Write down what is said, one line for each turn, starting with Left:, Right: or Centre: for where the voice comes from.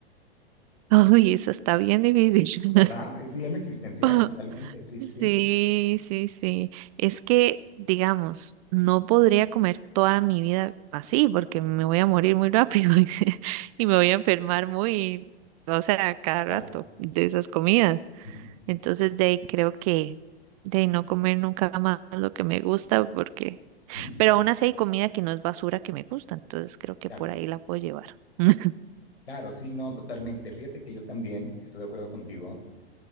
Right: <laughs> Uy, eso está bien difícil.
Left: ¿Verdad? Es dilema existencial
Right: <laughs>
Left: totalmente. Sí, sí, sí.
Right: Sí, sí, sí. Es que, digamos, no podría comer toda mi vida así porque me voy a morir muy rápido <laughs> y, se- y me voy a enfermar muy, o sea, cada
Left: Claro.
Right: rato de esas comidas.
Left: Ujú,
Right: Entonces, de ahí creo que de no comer nunca más lo que me gusta porque,
Left: ujú,
Right: pero aún así hay comida que no es basura que me gusta, entonces creo que
Left: Claro,
Right: por ahí la puedo llevar. <laughs>
Left: claro, sí, no, totalmente. Fíjate que yo también estoy de acuerdo contigo. O